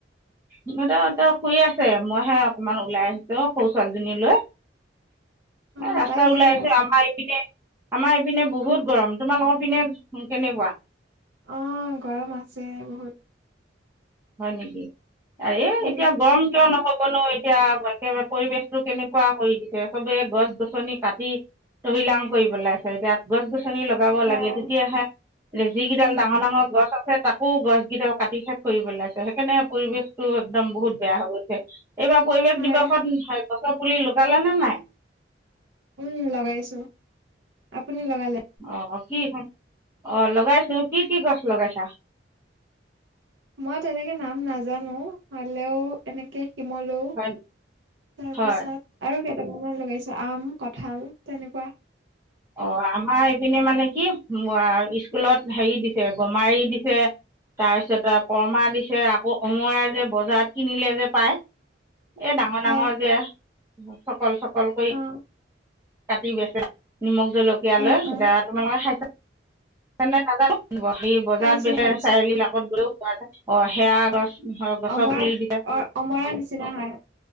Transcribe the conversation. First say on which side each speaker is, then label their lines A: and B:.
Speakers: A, on the right; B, on the right.
A: সিহঁত শুই আছে, মইহে অকমান ওলাই আহিছো সৰু ছোৱালীজনী লৈ
B: <inaudible>
A: ৰাস্তাত
B: তাই কি
A: ওলাই
B: কৰি
A: আহিছো,
B: আছে?
A: আমাৰ ইপিনে আমাৰ পিনে বহুত গৰম তোমালোকৰ পিনে কেনেকুৱা?
B: আহ গৰম আছে বহুত
A: হয় নেকি
B: উম
A: এতিয়া গৰম কিয় নহব? বনো এতিয়া একেবাৰে পৰিৱেশটো কেনেকুৱা কৰি দিছে চবে গছ গছনি কাটি তহিলাং কৰি পেলাইছে এতিয়া গছ গছ লগাব
B: হয়
A: লাগে তেতিয়াহে যিকেইডাল
B: উম
A: ডাঙৰ
B: উম
A: ডাঙৰ গছ আছে তাক আকৌ গছ কিডাল কাটি শেষ কৰিব লাইছে, সেইকাৰণে পৰিৱেশটো একদম বহুত বেয়া হৈ গৈছে, এইবাৰ পৰিৱেশ
B: হয়
A: দিৱসত গছ পুলি লগালা নে নাই?
B: উম, লগাইছো আপুনি লগালে?
A: অ, ' কিখন অ, ' লগাইছো কি কি গছ লগাইছা?
B: মই তেনেকে নাম নাজানো হলেও এনেকে শিমলো
A: হয়
B: তাৰপিছত
A: হয়
B: আৰু কেইটকামান লগাইছো আম কঁঠাল তেনেকুৱা।
A: অ, ' আমাৰ এইপিনে মানে কি স্কুলত হেৰি দিছে গমাৰি দিছে তাৰপিছত পৰ্মা দিছে আকৌ অঙৰা যে বজাৰত কিনিলে যে পাই এই ডাঙৰ,
B: হয়
A: ডাঙৰ যে চকল চকলকৈ
B: অ
A: কাটি বেচ নিমখ জলকীয়া
B: অ
A: লৈ এতিয়া তোমালোকে খাইছা নাজ সে বজাৰত
B: খাইছো
A: বেচ
B: খাইছো
A: চাৰিআলিাকত গৈও খোৱা যায় অ সেৱা গছ হয়, গছৰ
B: অমৰা
A: পুলি দিছে
B: অ', অমৰা নিচিনা হয়।